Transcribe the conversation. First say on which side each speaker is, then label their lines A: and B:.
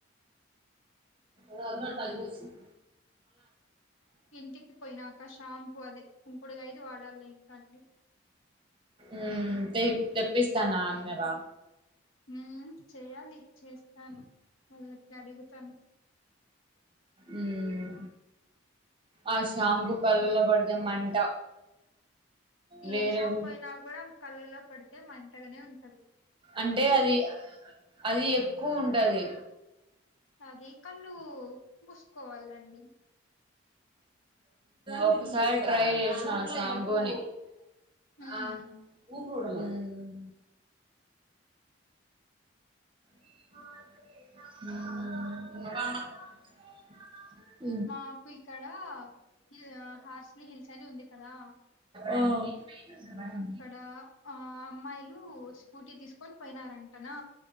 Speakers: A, on the right (about 25°); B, on the left (about 80°).
A: వదిన
B: హ్మ్
A: తలకు పోసింది
B: ఇంటికి పోయినాక షాంపూ అదే కుంకుడు గాయదీ వాడాలి ఇంకా అండి
A: ఉ తెప్పిస్తా అన్నారా
B: ఉ చేయాలి చేస్తాను వాళ్ళకి అడుగుతాను
A: ఉ ఊ ఆ షాంపూ కళ్ళల్లో పడితే మంట వేరేది
B: ఏ షాంపు అయినా కూడా కళల్లో పడితే మంటగనే ఉంటుంది
A: అంటే అది అది ఎక్కువ ఉంటది
B: అది కళ్ళు మూసుకోవాలండి
A: ఒకసారి ట్రై చేసాను షాంపుని
B: మ్మ్
A: ఆ ఊరు ఉండమని ఊ ఉ ఆ
B: మాకు ఇక్కడ హిల్ హార్స్లీ హిల్స్ అని ఉంది కదా
A: ఓ టీవీ సౌండ్
B: ఇక్కడ ఆ అమ్మాయిలు స్కూటీ తీసుకొని పోయినారంటనా